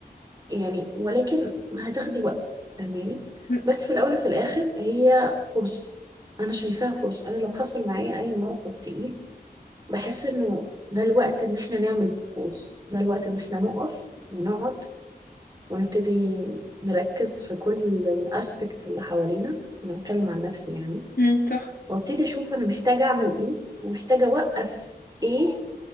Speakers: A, on the right; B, on the left.
A: يعني ولكن هتاخدي وقت فاهماني
B: مم.
A: بس في الاول وفي الاخر هي فرصة انا شايفاها فرصة انا لو حصل معايا اي موقف تقيل بحس انه ده الوقت ان احنا نعمل بوز ده الوقت ان احنا نقف ونقعد ونبتدي نركز في كل الاسبكتس اللي حوالينا انا بتكلم عن نفسي يعني
B: مم، صح
A: وابتدي اشوف انا محتاجه اعمل ايه ومحتاجه اوقف ايه